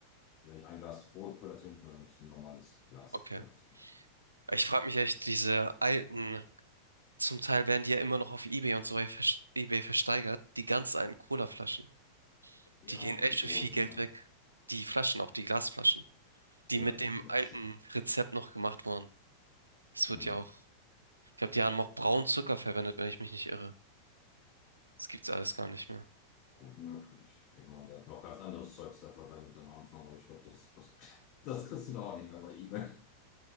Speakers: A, on the left; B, on the right.
A: wenn ich ein Glas rohe Cola trinke, dann möchte ich ein normales Glas
B: Okay.
A: Cola trinken.
B: Ich frage mich echt, diese alten Zum Teil werden die ja immer noch auf eBay und so vers- eBay versteigert. Die ganz alten Cola-Flaschen.
A: Ja,
B: Die gehen
A: und
B: echt
A: die Dosen,
B: für viel Geld
A: ne?
B: weg. Die Flaschen, auch die Glasflaschen, die
A: Ja,
B: mit
A: die
B: dem
A: sind
B: alten
A: auch schick.
B: Rezept noch gemacht wurden. Es
A: Mhm.
B: wird ja auch, ich glaube, die haben auch braunen Zucker verwendet, wenn ich mich nicht irre. Das gibt's alles gar nicht mehr.
A: Gut möglich. Ich meine, der hat noch ganz anderes Zeugs da verwendet am Anfang, aber ich glaube, das, das, <laughs> das kriegst du doch auch nicht mehr bei eBay.